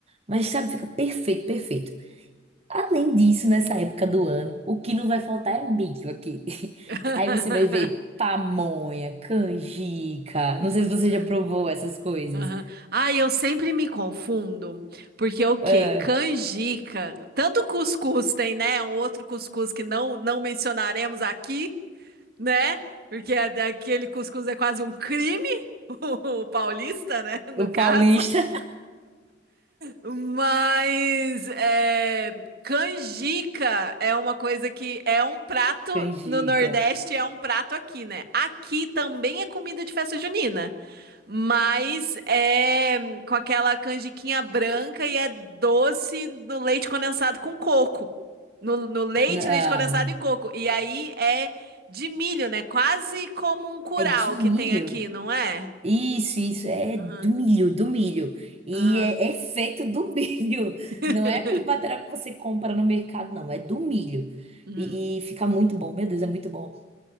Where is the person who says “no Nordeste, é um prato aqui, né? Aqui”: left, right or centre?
Right